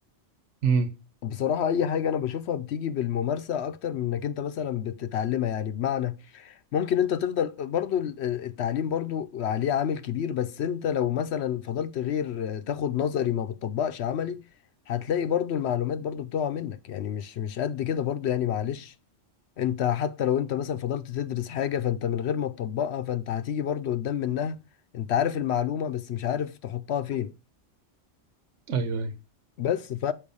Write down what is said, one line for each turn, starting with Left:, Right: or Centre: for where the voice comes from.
Right: امم
Left: بصراحة اي حاجة انا بشوفها بتيجي بالممارسة اكتر من انك انت مثلا بتتعلمها يعني بمعنى ممكن انت تفضل برضو ال- التعليم برضو عليه عامل كبير بس انت لو مثلا فضلت غير تاخد نظري ما بتطبقش عملي هتلاقي برضو المعلومات برضو بتقع منك يعني مش مش قد كده برضو يعني معلش انت حتى لو انت مثلا فضلت تدرس حاجة فانت من غير ما تطبقها فانت هتيجي برضو قدام منها انت عارف المعلومة بس مش عارف تحطها فين
Right: أيوه أيوه
Left: بس ف...